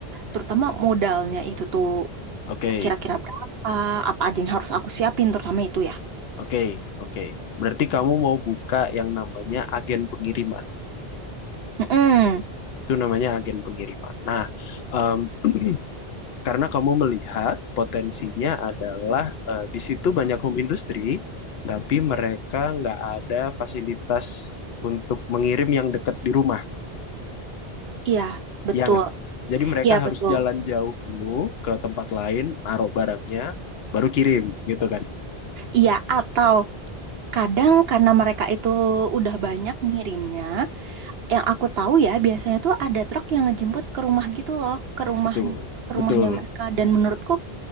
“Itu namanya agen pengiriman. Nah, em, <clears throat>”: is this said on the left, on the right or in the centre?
Left